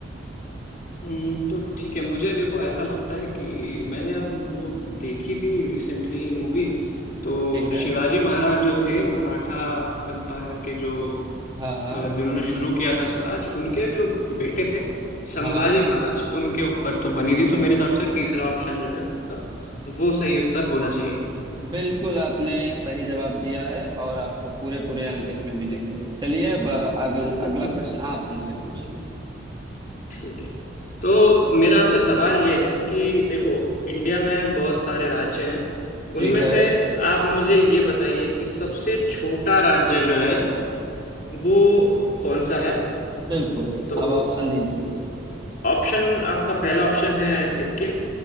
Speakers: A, on the left (about 45°); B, on the right (about 25°).
A: हम्म, तो ठीक है मुझे देखो ऐसा लगता है कि मैंने अब वो देखी थी रिसेंटली मूवी तो
B: ठीक है
A: शिवाजी महाराज जो थे मराठा एम्पायर के जो
B: हाँ हाँ
A: अ, जिन्होंने शुरू किया था स्वराज उनके जो बेटे थे संभाजी
B: हाँ
A: महाराज उनके ऊपर तो बनी थी तो मेरे हिसाब से तीसरा ऑप्शन जो है आपका वो सही उत्तर होना चाहिए
B: बिल्कुल आपने सही जवाब दिया है और आपको पूरे पूरे अंक इसमें मिलेंगे चलिए अब अ, अगल, अगला
A: <laughs>
B: प्रश्न आप हमसे पूछिए
A: ठीक है तो मेरा आपसे सवाल ये है कि देखो इंडिया में बहुत सारे राज्य हैं उनमें
B: ठीक है
A: से आप मुझे ये बताइए कि सबसे छोटा राज्य जो है वो कौन सा है
B: बिल्कुल
A: तो
B: अब ऑप्शन दीजिए
A: ऑप्शन आपका पहला ऑप्शन है सिक्किम